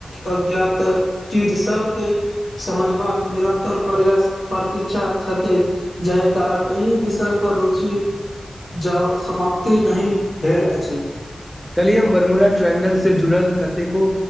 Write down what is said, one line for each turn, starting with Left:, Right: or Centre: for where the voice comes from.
Left: अज्ञात चीज सबके समझबाक निरन्तर प्रयास प्रति्षा छथि जाहि कारण एहि विषय पर रुचि जाउ समाप्ति नहि भेल अछि
Centre: कलियम बर्मुरा ट्रेंगल से जुड़ल कतेको